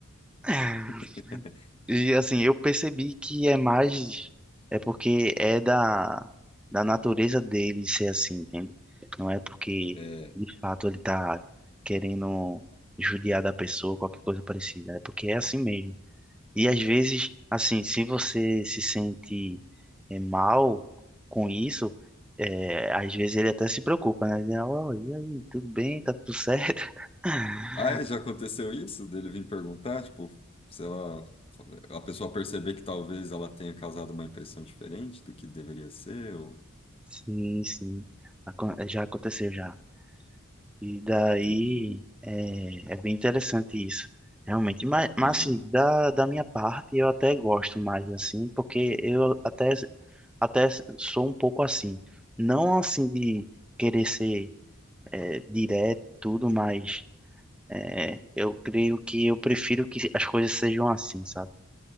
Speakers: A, in the centre; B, on the left.
A: <laughs>
B: <laughs>
A: E assim, eu percebi que é mais, é porque é da, da natureza dele ser assim, entende? Não é porque
B: É.
A: de fato ele tá querendo judiar da pessoa, qualquer coisa parecida, é porque é assim mesmo. E às vezes, assim, se você se sente eh, mal com isso, eh, às vezes ele até se preocupa, né? Ele, "Ó, e aí, tudo bem? Tá tudo certo? <laughs>
B: Ah, é, já aconteceu isso dele vir perguntar, tipo, sei lá, a pessoa perceber que talvez ela tenha causado uma impressão diferente do que deveria ser, ou...
A: Sim, sim. Acon- eh, Já aconteceu já. E daí
B: Entendi.
A: é, é bem interessante isso, realmente. Mas, mas
B: Aham.
A: assim, da, da minha parte, eu até gosto mais, assim, porque eu até, até sou um pouco assim. Não assim de querer ser é, direto, tudo, mas É, eu creio que eu prefiro que as coisas sejam assim, sabe?